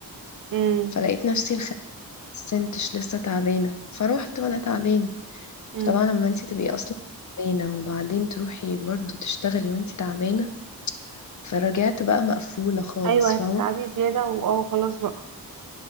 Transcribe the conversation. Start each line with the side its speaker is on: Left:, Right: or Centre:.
Right: امم
Left: فلقيت نفسي الخميس سنتش لسه تعبانة فروحت وانا تعبانة
Right: امم
Left: فطبعا لما انت تبقي اصلا تعبانة وبعدين تروحي برضو تشتغلي وانت تعبانة فرجعت بقى مقفولة خالص
Right: ايوه هتتعبي
Left: فاهمة
Right: زياده واه خلاص بقى